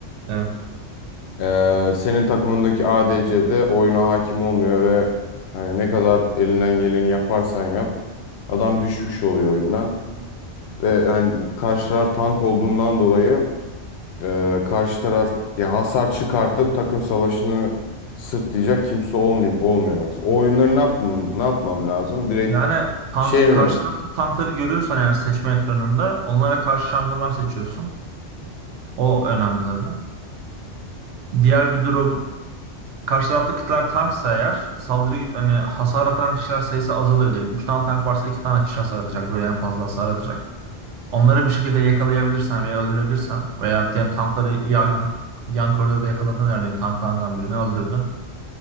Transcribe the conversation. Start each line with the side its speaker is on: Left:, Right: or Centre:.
Right: Evet.
Left: Ee, senin takımındaki A D C de oyuna hakim olmuyor ve hani ne kadar elinden geleni yaparsan yap adam düşmüş oluyor oyundan. Ve yani karşı taraf tank olduğundan dolayı e, karşı taraf yani hasar çıkartıp takım savaşını sırtlayacak kimse olmuyor, olmuyor mesela. O oyunları ne yapmam, ne yapmam lazım? Direkt
Right: Yani tank
Left: şey mi?
Right: karşı tarafın tankları görüyorsan eğer seçme ekranında onlara karşı şampiyonlar seçiyorsun. O önemli tabii. Diğer bir durum Karşı taraftakiler tanksa eğer saldırı hani hasar atan kişiler sayısı azalıyor diyelim. 3 tane tank varsa 2 tane kişi hasar atacak. Böyle en fazla hasar atacak. Onları bir şekilde yakalayabilirsen veya öldürebilirsen veya diyelim tankları yan, yan koridorda yakaladın yani tanklardan birini öldürdün.